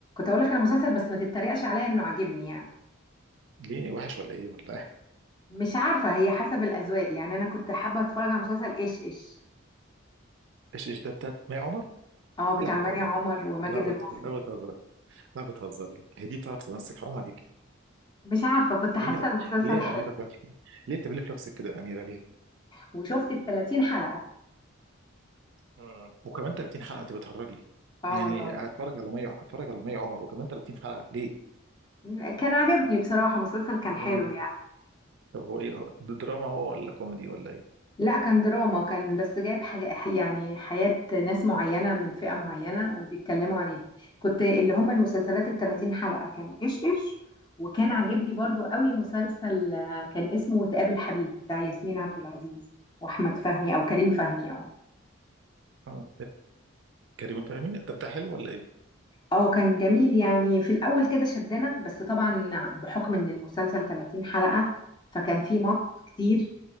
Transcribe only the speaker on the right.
ليه وحش ولا ايه ولا إيه؟
ايش ايش ده بتاعت مي عمر
لا بتهزري
لا بت...
لا بتهزري لا بتهزري هي دي بتعرف تمثل حرام عليكي
ليه
يا-
ليه
يا اميره فهمي ليه بتعملي في نفسك كده يا اميره ليه
مم. وكمان 30 حلقه انت بتهرجي
يعني
هتفرج على مي هتفرج على مي عمر وكمان 30 حلقه ليه
آه.
طب هو ايه ده دراما هو ولا كوميدي ولا ايه
آه. كريم فهمي طب ده حلو ولا ايه